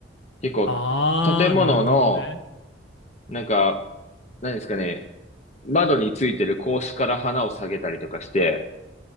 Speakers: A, on the left; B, on the left.
A: 結構建物の
B: あー、なるほどね。
A: なんか、何ですかね、窓についてる格子から花を下げたりとかして、